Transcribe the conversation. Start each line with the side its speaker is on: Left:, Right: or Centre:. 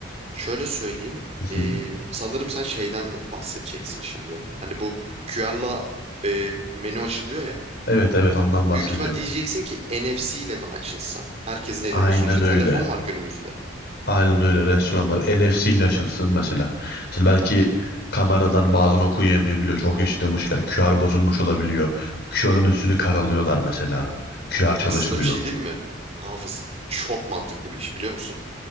Right: Şöyle söyleyeyim.
Left: Hı
Right: Ee,
Left: hı.
Right: sanırım sen şeyden bahsedeceksin şimdi. Hani bu QR'la e, menü açılıyor ya.
Left: Evet evet ondan bahsedeceğim.
Right: Büyük ihtimal diyeceksin ki NFC ile mi açılsa? Herkesin elinde
Left: Aynen
Right: sonuçta
Left: öyle.
Right: telefon var günümüzde.
Left: Aynen öyle restoranlar NFC ile açılsın mesela. Mesela belki kameradan bazen okuyamayabiliyor. Çok yaşlanmışlar. QR bozulmuş olabiliyor. QR'ın üstünü karalıyorlar mesela. QR çalışmıyor.
Right: Aslında bir şey değil mi? Hafız çok mantıklı bir iş biliyor musun?